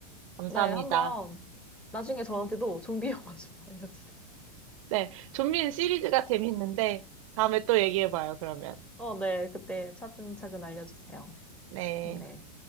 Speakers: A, on the right; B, in the centre.
A: 감사합니다.
B: 네, 한번, 나중에 저한테도 <laughs> 좀비 영화 좀 <laughs> 알려주세요.
A: 네. 좀비는 시리즈가 재밌는데, 다음에 또 얘기해봐요, 그러면.
B: 어, 네, 그때 차근차근 알려주세요.
A: 네.
B: 네.